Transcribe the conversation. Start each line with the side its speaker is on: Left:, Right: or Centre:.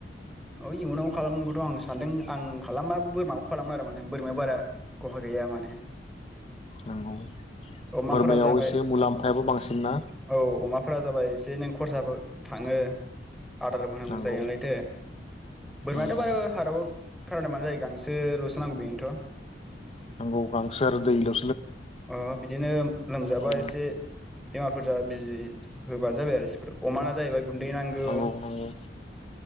Centre: औ इयुनाव खालामगोनथ' आं सानदों आं खालामबाबो बोरमाखौ खालामो आरो माने बोरमाया बारा खहा गैया माने।
Left: नंगौ।
Centre: अमाफोरा
Left: बोरमायाव
Centre: जाबाय
Left: एसे मुलाम्फायाबो बांसिन ना
Centre: औ अमाफोरा जाबाय एसे नों खरसाबो थांङो। आदारबो होनांगौ
Left: नंगौ
Centre: जायो नालायथो बोरमायाथ'
Left: नंगौ
Centre: बारु हाराव कारन्टा मानो जायो गांसोलसो नांगौ बेनोथ'
Left: नंगौ गांसोर दैल'
Centre: अ बिदिनो लोमजाबा
Left: ओ
Centre: एसे बेमारफोर जा बिजि होबानो जाबाय आरो इसोरखौ अमाना जाहैबाय गुन्दै नांगौ
Left: नंगौ नंगौ